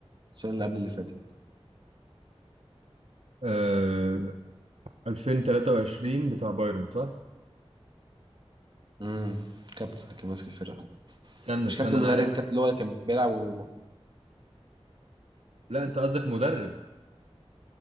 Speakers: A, on the right; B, on the right.
A: السنه اللي قبل اللي فاتت
B: آه 2023 بتاع بايرن صح؟
A: امم كابتن اللي كان ماسك الفرقه
B: استنى
A: مش
B: استنى
A: كابتن
B: انا
A: مدرب
B: عارفها
A: الكابتن اللي هو اللي كان بيلعب و...
B: لا انت قصدك مدرب